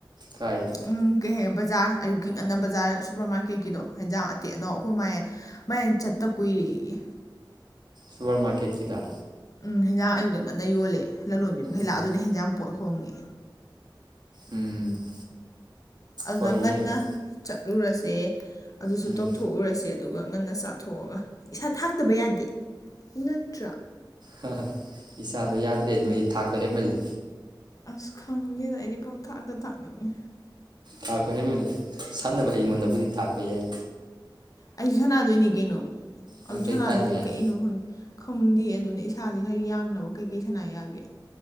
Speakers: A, on the right; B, on the left.
A: ꯀꯥꯏꯗ
B: ꯎꯝ <unintelligible> ꯕꯖꯥꯔ ꯑꯌꯨꯛꯀꯤ ꯉꯟꯅ ꯕꯖꯥꯔ ꯁꯨꯄꯔ ꯃꯥꯔꯀꯦꯠꯀꯤꯗꯣ ꯍꯦꯟꯖꯥꯡ ꯑꯇꯦꯛ ꯑꯅꯧ ꯑꯩꯈꯣꯏ ꯃ ꯃꯦꯟꯟ ꯆꯠꯇ ꯀꯨꯏꯔꯦꯌꯦ
A: ꯁꯨꯄꯔ ꯃꯥꯔꯀꯦꯠꯀꯤꯗ
B: ꯎꯝ ꯍꯦꯟꯖꯥꯡ ꯑꯌꯨꯛꯇ ꯉꯟꯅ ꯌꯣꯜꯂꯦ ꯂꯂꯣꯟꯕꯤ ꯃꯈꯩ
A: ꯎꯝ
B: ꯂꯥꯛꯑ ꯑꯗꯨꯅ ꯍꯦꯟꯖꯥꯡ ꯄꯣꯠ ꯍꯣꯡꯉꯦ
A: ꯎꯝ
B: ꯑꯗꯨꯗ
A: ꯍꯣꯏ
B: ꯉꯟꯅ
A: ꯌꯦꯡꯉ
B: ꯆꯠ ꯇꯨꯔꯁꯦ ꯑꯗꯨꯁꯨ
A: ꯎꯝ
B: ꯇꯧꯊꯣꯛꯎꯔꯁꯦ꯫ ꯑꯗꯨꯒ ꯉꯟꯅ ꯆꯥꯊꯣꯛꯑꯒ ꯏꯁꯥ ꯊꯥꯛꯇꯕ ꯌꯥꯗꯦ ꯅꯠꯇ꯭ꯔꯥ
A: ꯍꯥꯍꯥ ꯏꯁꯥꯗꯣ ꯌꯥꯗ꯭ꯔꯦ ꯅꯣꯏ ꯊꯥꯛꯄ ꯍꯦꯃꯜꯂꯦ
B: ꯑꯁ ꯈꯪꯗꯦꯗ ꯑꯩꯗꯤ ꯄꯪꯊꯥꯛꯇ ꯊꯛꯅꯤꯡꯉꯤ
A: ꯊꯥꯛꯄ ꯍꯦꯟꯃꯜꯂꯦ ꯁꯥꯟꯅꯕ ꯑꯩꯉꯣꯟꯗꯕꯨꯗꯤ ꯊꯥꯛꯄ ꯌꯥꯏ꯫
B: ꯑꯩꯁꯨ ꯁꯥꯟꯅꯗꯣꯏꯅꯤ ꯀꯩꯅꯣ
A: ꯅꯪ
B: ꯑꯗꯨ
A: ꯀꯩ
B: ꯁꯅꯥꯗꯨꯁꯤ
A: ꯁꯥꯟꯅꯤ ꯍꯥꯏꯅꯣ
B: ꯀꯩꯅꯣ ꯈꯪ ꯈꯪꯗꯦ ꯑꯗꯨꯅꯦ ꯁꯥꯁꯦ ꯈꯔ ꯌꯥꯡꯅꯕ ꯀꯩ ꯀꯩ ꯁꯥꯟꯅꯥ ꯌꯥꯒꯦ